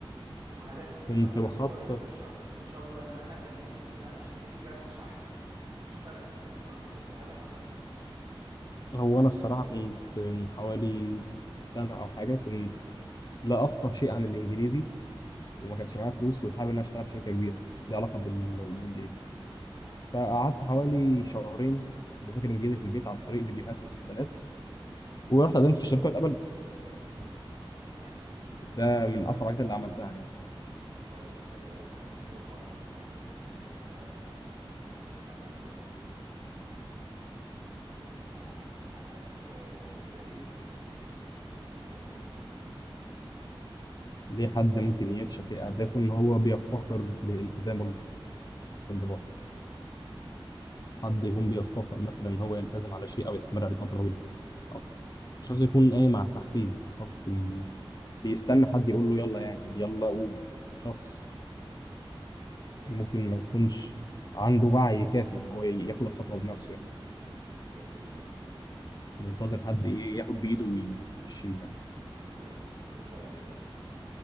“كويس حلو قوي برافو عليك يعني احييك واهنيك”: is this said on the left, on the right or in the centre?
Right